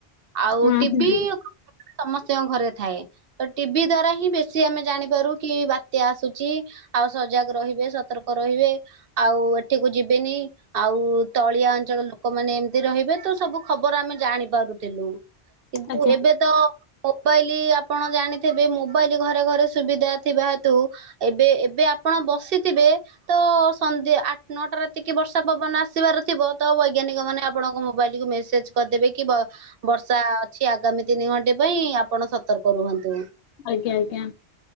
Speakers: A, on the right (about 60°); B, on the left (about 85°).
A: ଆଉ
B: ହୁଁ
A: ଟିଭିି
B: ହୁଁ
A: ସମସ୍ତିଙ୍କ ଘରେ ଥାଏ। ତ ଟିଭି ଦ୍ଵାରା ହିଁ ବେଶୀ ଆମେ ଜାଣିପାରୁ କି, ବାତ୍ୟା ଆସୁଛି ଆଉ ସଜାଗ ରହିବେ, ସତର୍କ ରହିବେ, ଆଉ ଏଠିକୁ ଯିବେ ବିନି, ଆଉ ତଳିଆ ଅଞ୍ଚଳ ଲୋକମାନେ ଏମତି ରହିବେ ତ, ସବୁ ଖବର ଆମେ ଜାଣିପାରୁ ଥିଲୁ। କିନ୍ତୁ
B: ଆଜ୍ଞା
A: ଏବେ ତ ମୋବାଇଲି ଆପଣ ଜାଣିଥିବେ, ମୋବାଇଲ ଘରେ ଘରେ ସୁବିଧା ଥିବା ହେତୁ, ଏବେ ଏବେ ଆପ ଆପଣ ବସିଥିବେ, ତ ସନ୍ଧ୍ୟା ଆଠ ନଅଟା ରାତି ଟିକେ ବର୍ଷା ପବନ ଆସିବାର ଥିବ, ତ ବୈଜ୍ଞାନିକ ମାନେ ଆପଣଙ୍କ ମୋବାଇଲକୁ ମେସେଜ କରିଦେବେ କି ବ-ବ ବର୍ଷା ଅଛି ଆଗାମୀ ତିନି ଘଣ୍ଟେ ପାଇଁ, ଆପଣ ସତର୍କ ରୁହନ୍ତୁ।
B: ଆଜ୍ଞା ଆଜ୍ଞା